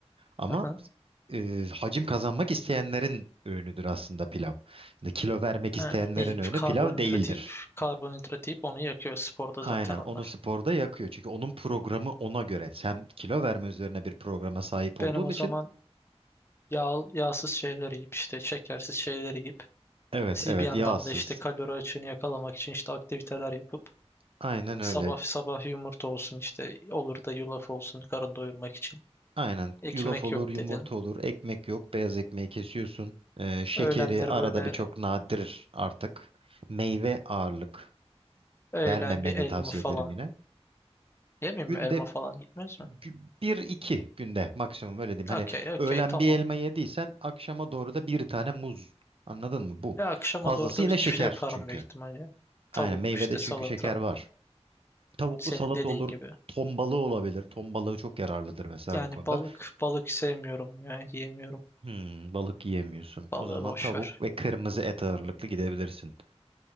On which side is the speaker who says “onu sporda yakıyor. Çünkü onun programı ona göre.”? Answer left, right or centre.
Right